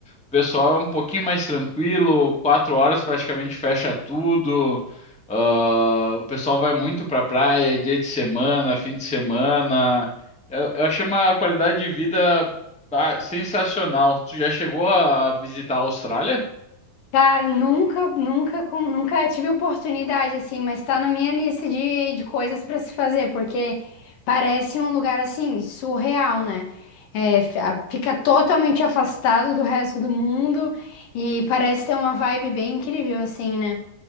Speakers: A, in the centre; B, on the left.
A: O pessoal é um pouquinho mais tranquilo, quatro horas praticamente fecha tudo. Ah, o pessoal vai muito pra praia, dia de semana, fim de semana. Eu, eu achei uma qualidade de vida, ah, sensacional. Tu já chegou a visitar a Austrália?
B: Cara, nunca, nunca, com- nunca tive oportunidade assim, mas tá na minha lista de, de coisas para se fazer, porque parece um lugar assim surreal, né? É, fi- a- fica totalmente afastado do resto do mundo e parece ter uma vibe bem incrível assim, né?